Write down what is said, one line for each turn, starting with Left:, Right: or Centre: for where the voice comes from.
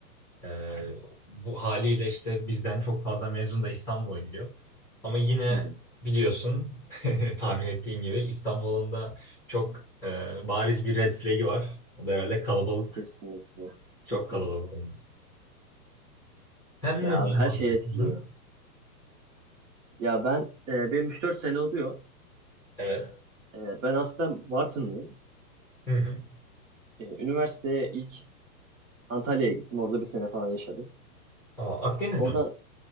Centre: Ee, bu haliyle işte bizden çok fazla mezun da İstanbul'a gidiyor. Ama yine
Right: hı hı.
Centre: biliyorsun <laughs> tahmin ettiğin gibi İstanbul'un da çok e, bariz bir red flag'i var. O da herhalde kalabalık.
Right: Kesinlikle. Kesinlikle.
Centre: Çok kalabalık olması. Sen
Right: Ya
Centre: ne
Right: abi
Centre: zaman
Right: her şey
Centre: takıldın?
Right: etkiliyor. Ya ben e, benim 3-4 sene oluyor.
Centre: Evet.
Right: E, ben aslen Bartınlıyım.
Centre: Hı hı.
Right: E, üniversiteye ilk Antalya'ya gittim. Orada bir sene falan yaşadım.
Centre: Aa, Akdeniz'e
Right: Oradan
Centre: mi?